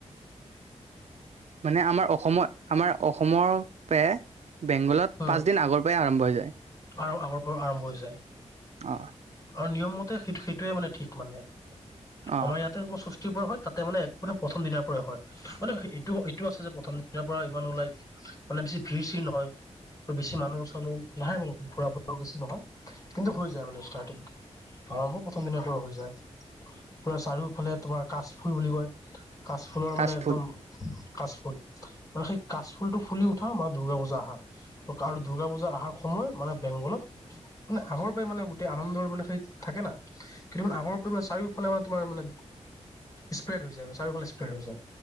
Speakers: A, on the right; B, on the left.
A: মানে আমাৰ অসমৰ আমাৰ অসমৰ পে বেংগলত
B: উম
A: পাঁচ দিন আগৰ পৰাই আৰম্ভ হৈ যায়।
B: আৰু আগৰ পৰা আৰম্ভ হৈ যায়।
A: অ
B: অহ নিয়ম মতে সেইটো সেইটোৱে মানে ঠিক মানে
A: অ
B: আমাৰ ইয়াতে মছ পৰা হয় তাতে মানে মানে প্ৰথম দিনাৰ পৰাই হয়। মানে এইটো এইটো আছে যে প্ৰথম দিনাৰ পৰা ইমানো লাইক মানে বেছি ভিৰ চিৰ নহয় ত বেছি মানুহ চচানু লাহে মান ফুৰাফ্ট বেছি নহয় কিন্তু হৈ যায় মানে ষ্টাৰ্টিং আৰম্ভ প্ৰথম দিন পৰা হৈ যায় পুৰা চাৰিওফালে তোমাৰ কাচফুল বুলি কয়। কাচফুলৰ
A: কাচ
B: মানে একদম
A: ফুল
B: কাচফুল আৰু সেই কাচফুলটো ফুলি উঠা মাৰ দুূৰ্গা পূজা আহা আৰু দুূৰ্গা পূজা অহাৰ সময় মানে বেংগলত, মানে আগৰ পৰাই মানে গোটেই আনন্দৰ মানে সেই থাকে না কিন্তু মানে আগৰ পৰাই মানে চাৰিওফালে মানে তোমাৰ মানে স্প্ৰেড হৈ যায়ে চাৰিওফালে স্প্ৰেড হৈ যায়